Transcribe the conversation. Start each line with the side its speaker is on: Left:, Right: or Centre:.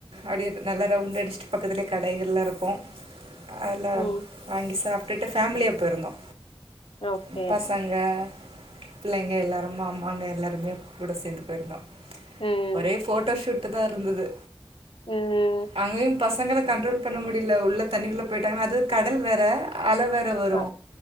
Right: அப்டியே நல்லா ரவுண்ட் அடிச்சுட்டு பக்கத்துலயே கடைகள்லாருக்கு அதுல்லா
Left: ம்
Right: வாங்கி சாப்ட்டுட்டு ஃபேமிலியா போயிருந்தோ
Left: ஓகே
Right: ம் பசங்க புள்ளைங்க எல்லாரு மாமாங்க எல்லாருமே கூட சேந்து போயிருந்தோ
Left: ம்
Right: ஒரே ஃபோட்டோ சூட்டு தா இருந்தது
Left: ம்
Right: அங்கயு பசங்கள கண்ட்ரோல் பண்ண முடியல உள்ள தண்ணிக்குள்ள போயிட்டாங்கன்னா அது கடல் வேற அல வேற வரு
Left: ஆ